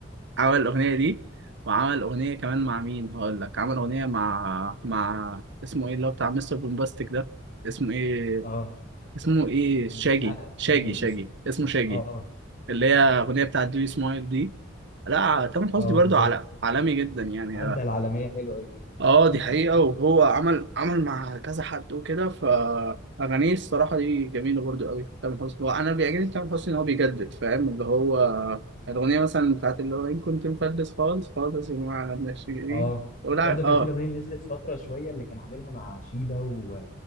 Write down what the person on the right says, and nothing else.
عمل الأغنية دي وعمل أغنية كمان مع مين هقول لك عمل أغنية مع مع اسمه ايه اللي هو بتاع مستر بومباستيك ده اسمه ايه
اسمه ايه
شاجي
شاجي
شاجي اسمه شاجي
اللي هي اغنيه بتاعت دي سمايل دي لا تامر حسني
برضو
على عالمي جدا يعني
اه
دي حقيقه وهو عمل عمل مع كذا حد وكده فاغانيه الصراحه دي جميله برضو قوي تامر حسني هو انا اللي بيعجبني في تامر حسني ان هو بيجدد فاهم اللي هو الاغنيه مثلا بتاعت اللي هو ان كنت مفلس خالص خالص يا جماعه ناشئين
ولا
اه